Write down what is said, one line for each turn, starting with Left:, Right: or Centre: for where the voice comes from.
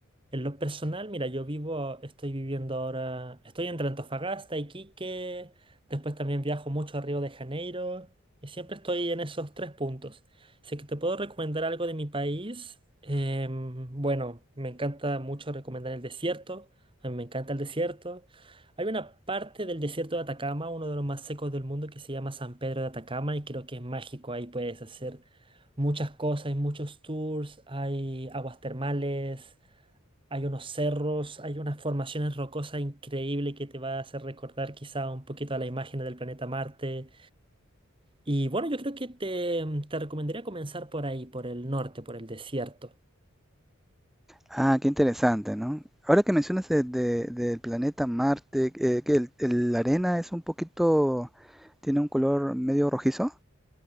Right: en lo personal, mira, yo vivo, estoy viviendo ahora, estoy entre Antofagasta, Iquique, después también viajo mucho a Río de Janeiro y siempre estoy en esos tres puntos. Así que te puedo recomendar algo de mi país. Em, bueno, me encanta mucho recomendar el desierto, a mí me encanta el desierto. Hay una parte del desierto de Atacama, uno de los más secos del mundo, que se llama San Pedro de Atacama y creo que es mágico, ahí puedes hacer muchas cosas, hay muchos tours, hay aguas termales, hay unos cerros, hay unas formaciones rocosas increíbles que te va a hacer recordar quizá un poquito a la imagen del planeta Marte. Y bueno, yo creo que te, te recomendaría comenzar por ahí, por el norte, por el desierto.
Centre: Ah, qué interesante, ¿no? Ahora que mencionas de- de- del planeta Marte, eh, que el- el- la arena es un poquito, tiene un color medio rojizo.